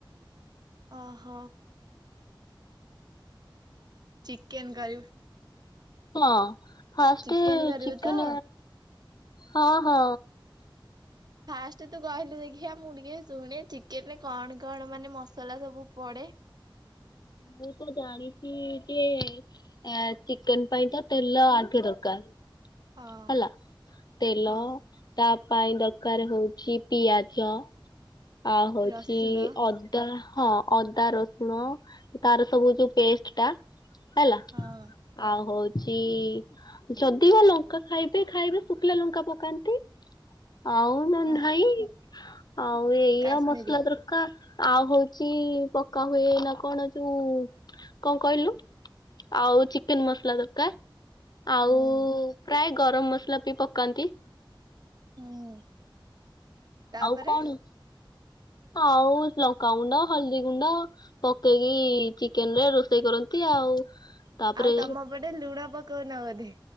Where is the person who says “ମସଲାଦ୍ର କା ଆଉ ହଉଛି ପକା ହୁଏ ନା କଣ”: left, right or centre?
Left